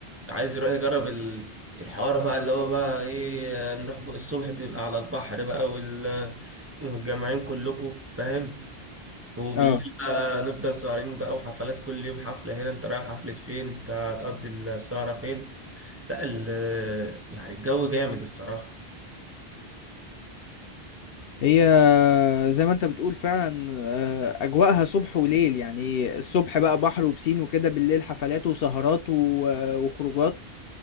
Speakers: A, on the right (about 20°); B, on the left (about 65°).
A: عايز يروح يجرب ال- الحوار بقى اللي هو بقى ايه نروح بقى الصبح بنبقى على البحر بقى وال- ومتجمعين كلكم فاهم وبالليل
B: اه
A: بقى نفضل سهرين بقى وحفلات كل يوم حفلة هنا انت رايح حفلة فين انت هتقضي السهرة فين لا ال يعني الجو جامد الصراحة
B: هي زي ما انت بتقول فعلا آه، اجواءها صبح وليل يعني الصبح بقى بحر وبسين وكده بالليل حفلات وسهرات و- آه، وخروجات